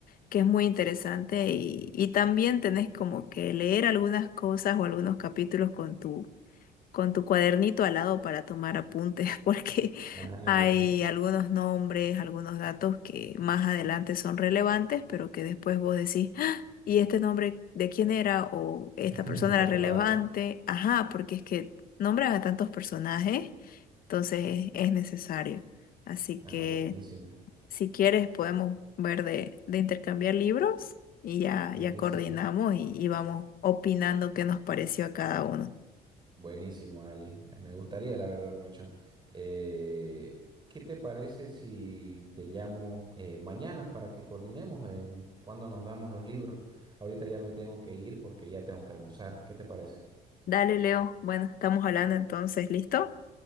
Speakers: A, on the left; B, on the right.
A: que es muy interesante, y, y también tenés como que leer algunas cosas o algunos capítulos con tu con tu cuadernito al lado para tomar apuntes, <laughs> porque
B: Ah,
A: hay
B: ya.
A: algunos nombres, algunos datos que más adelante son relevantes, pero que después vos decís, "Ah, ¿y este nombre de quién era? ¿O esta
B: <laughs>
A: persona
B: No
A: era
B: te acordás.
A: relevante?
B: ¿no?
A: Ajá, porque es que nombran a tantos personajes, entonces es necesario. Así que
B: Ah, buenísimo.
A: si quieres podemos ver de, de intercambiar libros y ya,
B: Buenísimo.
A: ya coordinamos y, y vamos opinando qué nos pareció a cada uno.
B: Buenísimo, Ali. Me gustaría, la verdad, mucho. Eh, ¿qué te parece si te llamo eh, mañana para que coordinemos en cuándo nos damos los libros? Ahorita ya me tengo que ir porque ya tengo que almorzar. ¿Qué te parece?
A: Dale, Leo. Bueno, estamos hablando entonces, ¿listo?